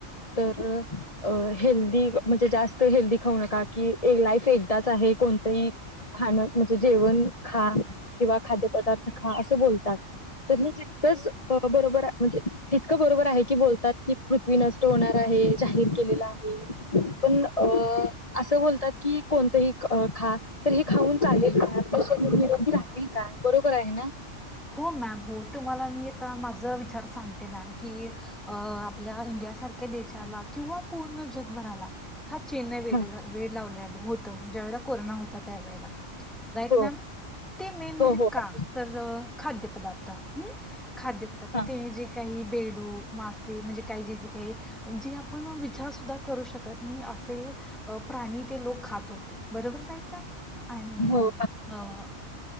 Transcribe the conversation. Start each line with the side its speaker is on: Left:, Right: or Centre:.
Left: तर हेल्दी म्हणजे जास्त हेल्दी खाऊ नका कि एक लाईफ एकदाच आहे कोणतंही खाणं म्हणजे जेवण खा किंवा खाद्यपदार्थ खा असं बोलतात तर हे जितकंच बरोबर आहे म्हणजे जितकं बरोबर आहे की बोलतात. पृथ्वी नष्ट होणार आहे जाहीर केलेलं आहे. पण अ असं बोलतात की कोणतंही खा तर हे खाऊन चालेल काय आपलं शरीर निरोगी राहतील काय बरोबर आहे ना?
Centre: हो मॅम हो तुम्हाला मी आ माझ विचार सांगते मॅम की आपल्या इंडिया सारख्या देशाला किंवा- पूर्ण जगभराला हा चीन ने वेड
Left: हा.
Centre: लावले आहे. ज्या वेळेला कोरोना होता त्यावेेळेला- राईट
Left: हो
Centre: मॅम ते मेन म्हणजे
Left: हो हो
Centre: का
Left: अगदी
Centre: तर जवळ खाद्यपदार्थ हम्म खाद्यपदार्थ
Left: हा.
Centre: तेने जे काही बेडूक मासे म्हणजे काही जे जे काही जे आपण विचार सुद्धा करू शकत नाही असे प्राणी ते लोक खात होते. बरोबरच आहेत ना आणि
Left: हो
Centre: अ